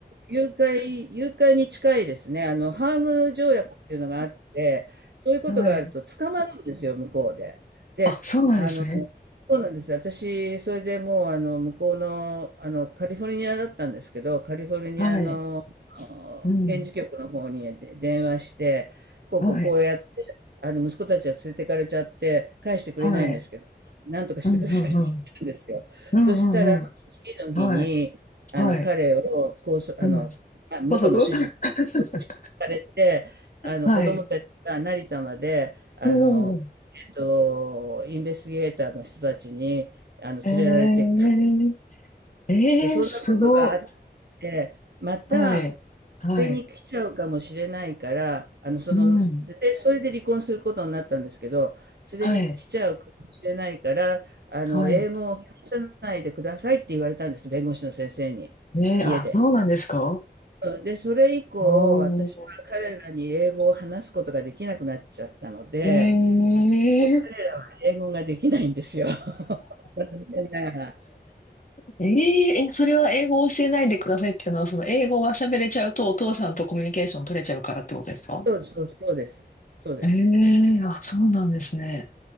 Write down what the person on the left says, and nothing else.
はい。
あ、そうなんですね。
はい。
うん。
はい。
はい。
うん、うん、うん。うん、
うん、うん。
はい。
はい。
うん。
高速 <laughs>
はい。
うん。
えー、
えー、
すご。
はい。はい。
うん。
はい。
はい。
えー、
あ、そうなんですか
ああー。
ええ
えええ、それは英語を教えないでくださいっていうのは、その英語が喋れちゃうとお父さんとコミュニケーション取れちゃうからってことですか
ええあ、そうなんですね。